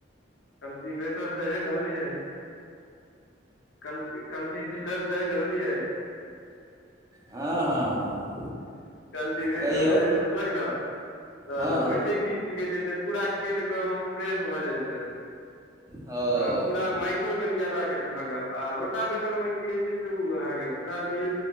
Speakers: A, on the left (about 80°); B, on the right (about 15°).
A: कलची वेटर से है ने बोलिय कल कल ठ सर तय ननीय
B: हँ हँ
A: कल्टिवेटर
B: कहियौ
A: जोतलक ने तऽ
B: हँ
A: होइ छै की की कह छै पूरा खेत एकदम फ्रेश भऽ जाइ छै
B: ओ
A: आ पूरा माट कनि ज्यादा भऽ गेल आ रो ा वेतर मे की होइ छै से ओ अहाँके पूरा मिल